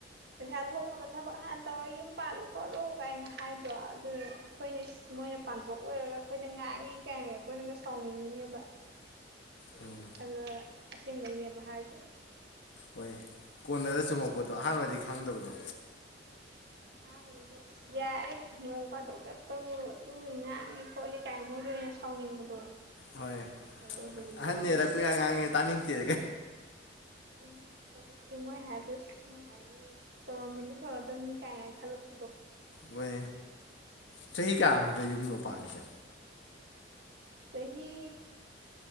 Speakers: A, on the right; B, on the left.
A: ꯄꯩꯁꯥ ꯊꯣꯡꯉꯅꯕ ꯊꯕꯛ ꯍꯥꯟꯅ ꯇꯧꯔ ꯌꯨꯝ ꯄꯥꯜꯂꯨ ꯈꯣꯠꯂꯨ ꯀꯥꯏꯅ ꯍꯥꯏꯗ꯭ꯔꯣ ꯑꯗꯨ ꯑꯩꯈꯣꯏ <unintelligible> ꯃꯣꯏꯅ ꯄꯥꯟꯊꯣꯛ ꯂꯣꯏꯔꯒ ꯑꯩꯈꯣꯏꯗ ꯉꯥꯡꯉꯤ ꯀꯥꯏꯅꯒ ꯑꯩꯈꯣꯏꯅꯒ ꯁꯥꯎꯅꯤꯡꯉꯤꯅꯦꯕ꯫
B: ꯎꯝ
A: ꯑ ꯑꯁꯦꯡꯕꯩꯅꯦꯕ ꯍꯥꯏꯗꯣ
B: ꯍꯣꯏ ꯀꯣꯟꯅꯔ ꯆꯨꯝꯃꯛꯄꯗꯣ ꯑꯍꯥꯟꯕꯗꯤ ꯈꯪꯗꯕꯗꯣ
A: ꯑꯍꯥꯟꯕꯗꯅꯦ ꯑꯁ ꯌꯥꯔꯦ ꯅꯣꯡ ꯐꯥꯗꯣꯛ ꯀꯦꯛꯇꯕꯨ ꯑꯗꯨ ꯉꯥꯡꯏ ꯈꯣꯠꯂꯤ ꯀꯥꯏ ꯃꯣꯏꯗ ꯁꯥꯎꯅꯤꯡꯕꯗꯣ
B: ꯍꯣꯏ
A: ꯑ ꯍꯧꯖꯤꯛꯇꯗꯤ
B: ꯑꯍꯟꯅꯦꯔ
A: ꯑ
B: ꯀꯨꯌꯥ ꯉꯥꯡꯉꯦ ꯇꯥꯅꯤꯡꯗꯦ
A: ꯎꯝ ꯍꯧꯖꯤꯛꯇꯤ ꯃꯣꯏ ꯍꯥꯏꯕ ꯃꯣꯏ ꯍꯥꯏꯕ ꯇꯧꯔꯝꯕꯗꯤ ꯐꯒꯗꯕꯅꯤ ꯀꯥꯏꯅ ꯈꯜꯂꯛꯄ
B: ꯍꯣꯏ ꯆꯍꯤ ꯀꯌꯥꯃꯨꯛꯇ ꯌꯨꯝꯗꯣ ꯄꯥꯜꯂꯤꯁꯦ
A: ꯆꯍꯤ